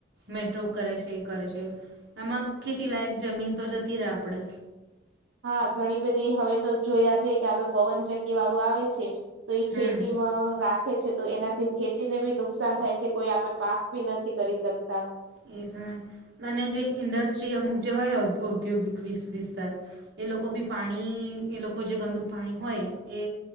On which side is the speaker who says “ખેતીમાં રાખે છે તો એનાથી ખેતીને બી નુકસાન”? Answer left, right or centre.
Right